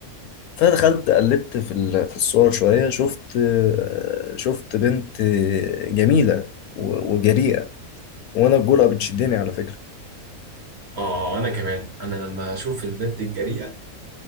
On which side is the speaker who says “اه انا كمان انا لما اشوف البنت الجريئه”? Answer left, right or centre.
Right